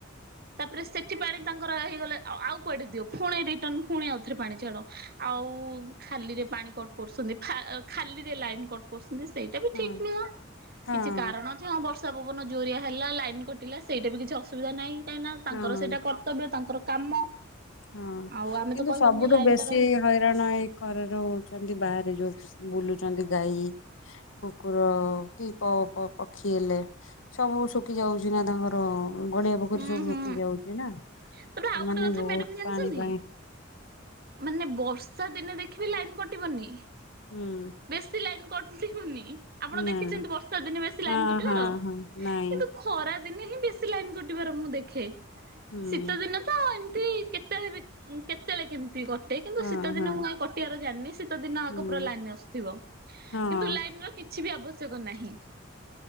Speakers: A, on the right; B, on the left.
A: ତାପରେ ସେଠି ପାଣି ତାଙ୍କର ହେଇଗଲେ, ଆଉ କୁଆଡେ ଦିଅ, ପୁଣି ରିଟର୍ଣ ପୁଣି ଆଉଥରେ ପାଣି ଛାଡ଼ ଆଉ ଖାଲିରେ ପାଣି କଟ କରୁଛନ୍ତି, ଖାଲିରେ ଲାଇ କଟ କରୁ ସେଇଟା ବି
B: ହଁ
A: ଠିକ ନୁହଁ,
B: ହଁ
A: କିଛି କାରଣ ହଁ ବର୍ଷ ପବନ ଜୋରିଆ ହେଲା, ଲାଇନ କଟା, ସେଇଟା ବିଛି ଅସୁବିଧା ନାହିଁ, କାହିଁ ତାଙ୍କର
B: ହଁ ହଁ।
A: ସେଇଟା କର୍ତ୍ତବ୍ୟ, ତାଙ୍କର କାମ
B: ହଁ
A: ଆଉ ଆମେ
B: କିନ୍ତୁ
A: ତ କହିବାନି
B: ସବୁଠୁ
A: ଯେ ଲାଇନ
B: ବେଶୀ
A: ଟା ରହି
B: ହଇରାଣ ଏଇ ଘର ରହୁଛନ୍ତି, ବାହାରେ ଯୋଉ ବୁଲୁ କରଛନ୍ତି ଗାଈ କୁକୁର କି ପକ୍ଷୀ ହେଲେ, ସବୁ ଶୁଖି ଯାଉଛି ନା ତାଙ୍କର ଗଡିଆ ପୋଖରୀ
A: ହୁଁ
B: ସବୁ
A: ହୁଁ
B: ରୋକି ଯାଉଛି ନା ସେମାନେ
A: ତାପରେ ଆଉ ଗୋଟେ କଥା
B: ବହୁତ
A: ମ୍ୟାଡାମ ଜାଣିଛନ୍ତି
B: ପାଣି ହଁ
A: ମାନେ ବର୍ଷା ଦିନେ ଦେଖିବି ଲାଇନ କଟିବନି?
B: ହୁଁ
A: ବେଶୀ ଲାଇନ୍ କଟିବନି। ଆପଣ
B: ନା।
A: ଦେଖିଛନ୍ତି ବର୍ଷା ଦିନେ ବେଶୀ
B: ହଁ
A: ଲାଇନ୍ କଟିବାର
B: ହଁ ହଁ ନାଇଁ
A: କିନ୍ତୁ ଖରା ଦିନେ ହିଁ ବେଶୀ ଲାଇନ କଟିବାର ମୁଁ ଦେଖେ,
B: ହୁଁ
A: ଶୀତ ଦିନେ ତ ଏମ କେତେବେଳେ ବି, କେତେବେଳେ କେମିତି ଦୁଇ କଟେ କିନ୍ତୁ
B: ହଁ
A: ଶୀତ ଦିନ
B: ହଁ
A: ମୁଁ କା କଟିବାର ଜାଣିନି, ଶୀତ ଦିନ
B: ହୁଁ
A: ଆ ପୁର ଲାନି ଥ
B: ହଁ।
A: କିନ୍ତୁ ଲାଇନ ର କିଛି ବି ଆବଶ୍ୟକ ନାହିଁ,